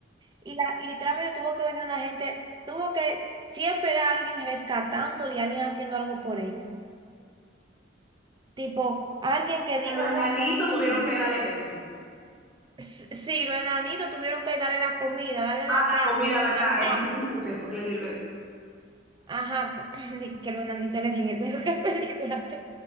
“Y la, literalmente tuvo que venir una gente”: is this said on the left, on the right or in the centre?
Right